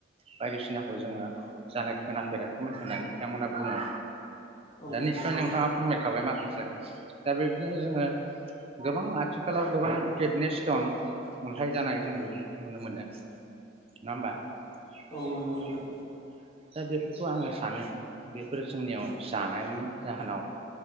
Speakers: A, on the right (about 30°); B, on the left (about 20°).
A: बायदिसिनाखौ जोंङो जानाय खोनाफेराखैमोन होननानै बिथांमोना बुङो
B: औ
A: दा निस्य
B: नंगौ नोंथां
A: नोंथांङा फोरमायखाबाय माखासे बि <unintelligible> दा बेबदिनो जोंङो गोबां आथिखालाव गोबां किडनि स्टन अन्थाइ जानाय जों बेफोरखौ नुनो मोनो नङा होमबा
B: औ
A: <unintelligible>
B: नंगौ नोंथां
A: दा बेफोरखौ आंङो सानो बेफोरो जोंनियाव जानायनि जाहोनाव